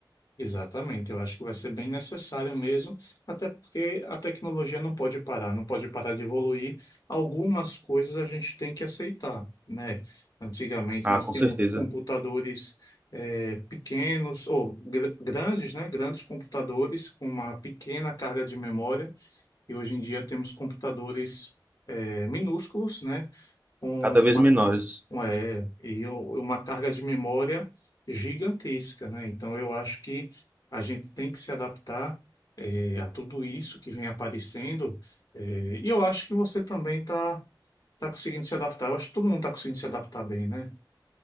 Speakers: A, on the left; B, on the right.
A: Exatamente, eu acho que vai ser bem necessário mesmo, até porque a tecnologia não pode parar, não pode parar de evoluir. Algumas coisas a gente tem que aceitar, né? Antigamente
B: Ah,
A: nós
B: com
A: tínhamos
B: certeza.
A: computadores eh, pequenos, ou gr- grandes, né? Grandes computadores com uma pequena carga de memória. E hoje em dia temos computadores é, minúsculos, né? Com
B: Cada
A: uma,
B: vez menores.
A: um, é, e o- uma carga de memória gigantesca, né? Então eu acho que a gente tem que se adaptar é, a tudo isso que vem aparecendo. é, e eu acho que você também está tá tá conseguindo se adaptar. Eu acho que todo mundo está conseguindo se adaptar bem, né?